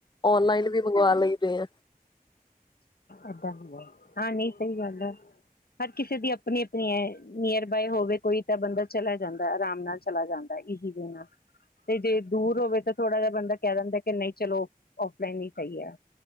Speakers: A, on the left; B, on the left.
A: ਔਨਲਾਈਨ ਵੀ ਮੰਗਵਾ ਲੈਂਦੇ ਆ
B: ਇਦਾਂ ਹੁੰਦਾ ਨਹੀਂ ਸਹੀ ਗੱਲ ਹੈ ਹਰ ਕਿਸੇ ਦੀ ਆਪਣੀ ਆਪਣੀ ਐ ਨੀਅਰ ਬਾਏ ਹੋਵੇ ਕੋਈ ਤਾਂ ਬੰਦਾ ਚਲਾ ਜਾਂਦਾ ਆਰਾਮ ਨਾਲ ਚਲਾ ਜਾਂਦਾ ਇਜੀ ਦੇੇ ਨਾਲ ਤੇ ਜੇ ਦੂਰ ਹੋਵੇ ਤਾਂ ਥੋੜ੍ਹਾ ਜਿਹਾ ਬੰਦਾ ਕਹਿ ਦਿੰਦਾ ਕਿ ਨਹੀਂ ਚਲੋ ਔਫਲਾਈਨ ਹੀ ਸਹੀ ਹੈ